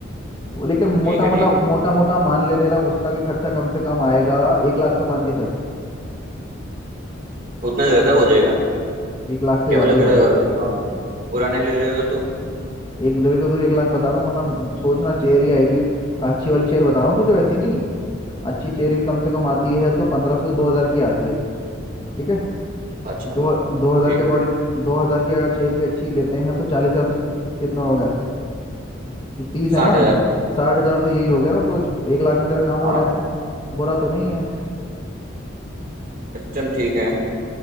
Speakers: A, on the left; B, on the right.
A: वो- लेकिन
B: ठीक
A: मोटा
B: है
A: मोटा
B: ठीक है
A: मोटा मोटा मान ले तेरा उसका भी खर्चा कम से कम आएगा एक लाख तो मान के चल
B: उतना ज्यादा
A: ठीक।
B: हो जाएगा
A: एक लाख से
B: टेबल
A: ज़्यादा ही
B: अगर
A: होगा
B: पुराने ले रहे हो तो
A: एक तभी तो तुझे एक लाख बता रहा हूँ वरना सोचना चेयर ही आएगी अच्छी वाली चेयर बता रहा हूँ तुझे वैसी नहीं अच्छी चेयर भी कम से कम आती है तो पंद्रह सौ दो हज़ार की आती है ठीक है
B: अच्छा
A: दो दो हज़ार
B: ठीक
A: के अकॉर्डिंग
B: है
A: दो हज़ार की अगर चेयर भी अच्छी लेते हैं तो चालीस हज़ार तो कितना हो गया कि तीस है
B: साठ
A: ना
B: हजार
A: साठ हज़ार तो यही हो गया ना सोच एक लाख में तेरा काम हो
B: हाँ
A: रहा है बुरा तो नहीं है
B: चल ठीक है